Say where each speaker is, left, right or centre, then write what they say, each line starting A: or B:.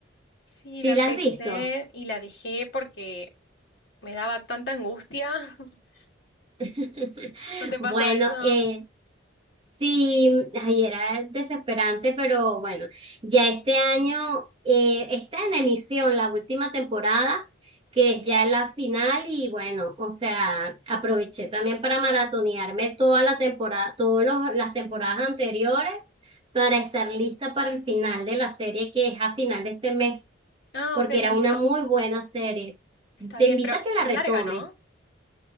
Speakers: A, on the left; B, on the right.
A: Sí,
B: si
A: la empecé
B: la has visto.
A: y la dejé porque me daba tanta angustia. <laughs>
B: <laughs>
A: ¿No te
B: Bueno,
A: pasa eso?
B: eh, Sí, ay, era desesperante, pero bueno, ya este año eh, está en emisión la última temporada, que es ya la final, y bueno, o sea, aproveché también para maratonearme toda la temporada, todas las temporadas anteriores para estar lista para el final de la serie, que es a final de este mes,
A: Ah,
B: porque
A: ok,
B: era
A: mira,
B: una muy buena serie.
A: está
B: Te
A: bien,
B: invito
A: pero
B: a que la
A: es
B: retomes.
A: larga, ¿no?